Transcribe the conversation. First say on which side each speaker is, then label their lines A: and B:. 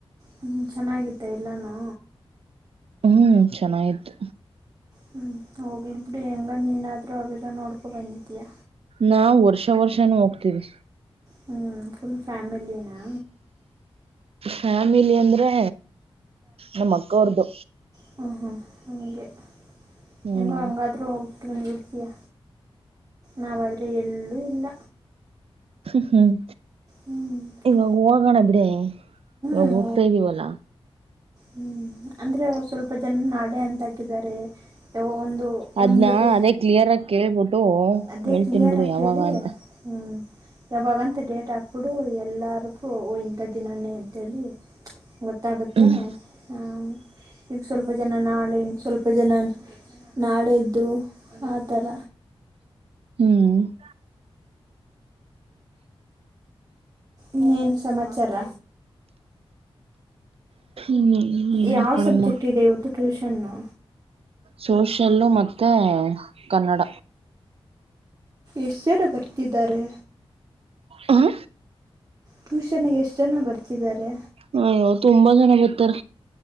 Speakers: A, on the right; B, on the right.
A: ಹ್ಮ ಚೆನ್ನಾಗಿದ್ದ ಎಲ್ಲಾನೂ
B: ಹ್ಮ್ ಚೆನ್ನಾಯತು
A: ಹ್ಮ್ ಹೋಗ ಇಬಡ ಎಂಗ ನೀನಾದ ತ್ರ ಅಭಿಂದು ಒಕ ಬಂದತಾ
B: ನಾವ್ ವರ್ಷ ವರ್ಷನೂ ಹೋಗ್ತೀವಿ
A: ಹ್ಞೂ ಫುಲ್ ಫ್ಯಾಮಿಲಿನಾ
B: ಫ್ಯಾಮಿಲಿ ಅಂದರೆ ನಮ್ಮ ಅಕ್ಕವ್ರ್ದು
A: ಹಾಂ ಹಾಂ ಹಾಗೆ
B: ಹ್ಮ್
A: ಹೆಂಗೋ ಹಂಗಾದ್ರೂ ಹಟ್ಟ ಬಂದು ಉಳಿತಯ ನಾವಾದ್ರೆ ಎಲ್ಲೂ ಇಲ್ಲ
B: ಹ್ಮ್ ಹ್ಮ್
A: ಹ್ಞೂ
B: ಇವಾಗ ಹೋಗೋಣ ಬಿಡೇ ಇವಾಗ
A: ಹ್ಞೂ
B: ಹೋಗ್ತಾ ಇದ್ದೀವಲ್ಲ
A: ಹ್ಮ್ ಅಂದ್ರೆ ಸ್ವಲ್ಪ ಜನ ನಾಳೆ ಅಂತ ಹಾಕಿದ್ದಾರೆ ಒಂದು
B: ಅದ್ನ್ನ
A: ಒಂದು ಡೇ
B: ಅದೇ ಕ್ಲಿಯರ್ ಆಗಿ ಕೇಳ್ಬಿಟ್ಟು
A: ಅದೇ
B: ಹೇಳ್ತಿನ್ಬಿಡು
A: ಕ್ಲಿಯರ್ ಆಗಿ
B: ಯ ಯವಾಗ
A: ಕೇಳಿ
B: ಅಂತ
A: ಹ್ಮ್ ಯಾವಾಗಂತ ಡೇಟ್ ಅಪ್ಪಡು ಎಲ್ಲಾರ್ಗೂ ಇಂತ ದಿನಾನೇ ಟಲ್ಲಿಿ ಗಟಾತೆ
B: ಹ್ಮ್
A: ಹ ಈಗ ಸ್ವಲ್ಪ ಜನ ನಾಳಿಂದ ಸ್ವಲ್ಪ ಜನ ನಾಳ್ದು ಆ ಥರ
B: ಹ್ಮ್
A: ಇನ್ನೇನು ಸಮಾಚಾರ
B: ಇನ್ನು ಇಲ್ಲ
A: ಯಾವ
B: ಕಣಮ್ಮ
A: ಸಬ್ಜೆಕ್ಟ್ ಇದೆ ಇವತ್ತು ಟ್ಯೂಷನ್ನು
B: ಸೋಷಲ್ ಮತ್ತೆ ಕನ್ನಡ
A: ಎಷ್ಟೇರ ಬರ್ತಿದಾರೆ
B: ಹ್ಮ
A: ಟ್ಯೂಷನ್ ಗೆ ಎಷ್ಟ್ ಜನ ಬರ್ತಿದ್ದಾರೆ
B: ಹ ತುಂಬಾ ಜನ ಬರ್ತಾರ